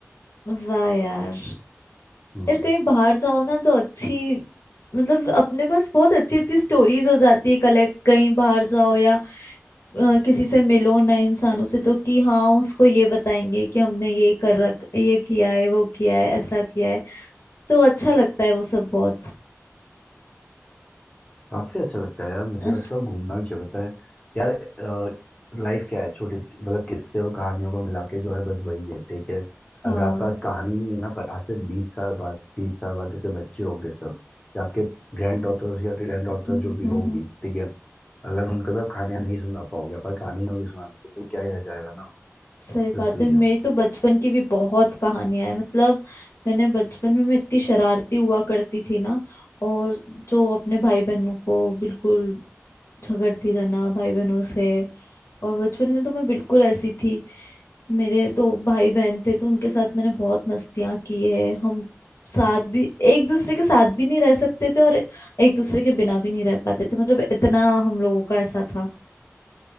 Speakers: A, on the left; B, on the left.
A: वाह यार
B: हम्म
A: यार कहीं बाहर जाओ ना तो अच्छी मतलब अपने पास बहुत अच्छी अच्छी स्टोरीज हो जाती है कलेक्ट कहीं बाहर जाओ या अ, किसी से मिलो नए इंसानों से तो कि हाँ उसको ये बताएंगे कि हमने ये कर रख ये किया है वो किया है ऐसा किया है तो अच्छा लगता है वो सब बहुत
B: काफी अच्छा लगता है यार मुझे
A: अ,
B: लगता है घूमना भी चाहिए बताए यार लाइफ क्या है छोटी सी- मतलब किस्से और कहानियों को मिला के जो है बस वही है ठीक है
A: हाँ
B: अगर आपके पास कहानी नहीं है ना पर आज से बीस साल बाद तीस साल बाद जबकि बच्चे होंगे सब या आपके ग्रैंड डॉटर्स या ग्रैंड डॉटर
A: हम्म
B: जो भी होगी
A: हम्म हम्म,
B: ठीक है अगर उनको तो कहानियां नहीं सुना पाओगे पर कहानी होगी सुनाने की तो क्या ही रह जाएगा ना
A: सही
B: तो
A: बात
B: इसलिए
A: है मेरी तो बचपन की भी बहुत कहानियां हैं मतलब मैंने बचपन में मैं इतनी शरारती हुआ करती थी ना और जो अपने भाई बहनों को बिल्कुल झगड़ती रहना भाई बहनों से और बचपन में तो मैं बिल्कुल ऐसी थी मेरे दो भाई बहन थे तो उनके साथ मैंने बहुत मस्तियाँ की है हम साथ भी एक दूसरे के साथ भी नहीं रह सकते थे और एक दूसरे के बिना भी नहीं रह पाते थे मतलब इतना हम लोगों का ऐसा था